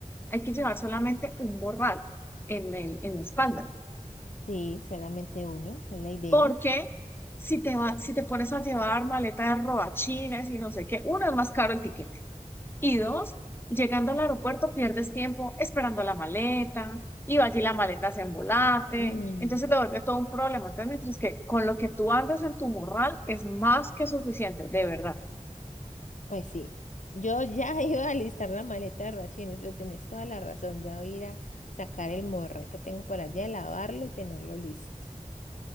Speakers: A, on the left; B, on the left.
A: hay que llevar solamente un morral en el, en la espalda,
B: sí, solamente uno, es la idea.
A: porque... Si te va, si te pones a llevar maleta de robachines y no sé qué, uno es más caro el tiquete. Y dos, llegando al aeropuerto pierdes tiempo esperando la maleta, y va allí la maleta se embolate,
B: Mm,
A: entonces te vuelve todo un problema. Entonces, mientras que con lo que tú andas en tu morral es más que suficiente, de verdad.
B: Pues sí, yo ya <laughs> iba a listar la maleta de Rachines, pero tenés toda la razón, ya voy a ir a sacar el morral que tengo por allá, lavarlo y tenerlo listo.